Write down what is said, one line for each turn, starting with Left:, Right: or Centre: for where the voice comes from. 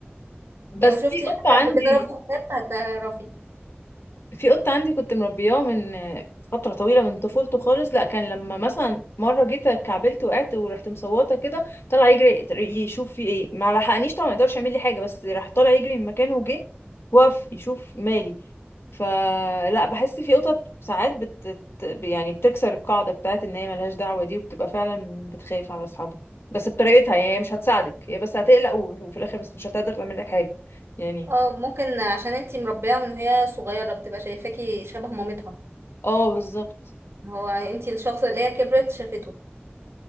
Left: بس
Right: يعني لو شفتي
Left: في
Right: حد
Left: قطة عندي
Right: قبل كده ربى كلاب هتعرفي
Left: في قط عندي كنت مربياه من فترة طويلة من طفولته خالص لا كان لما مثلا مرة جيت كعبلت وقعت ورحت مصوتة كده طلع يجري يشوف في ايه ما لحقنيش طبعا ما يقدرش يعمل لي حاجة بس راح طالع يجري من مكانه وجه وقف يشوف مالي فلا بحس في قطط ساعات بت بت- يعني بتكسر القاعدة بتاعت ان هي ملهاش دعوة دي وبتبقى فعلا بتخاف على اصحابها بس بطريقتها يعني هي مش هتساعدك هي بس هتقلق و- وفي الاخر بس مش هتقدر تعمل لك حاجة يعني
Right: اه ممكن عشان انتي مربية من وهي صغيرة بتبقى شايفاكي شبه مامتها
Left: اه بالظبط
Right: هو انتي الشخص اللي هي كبرت شافته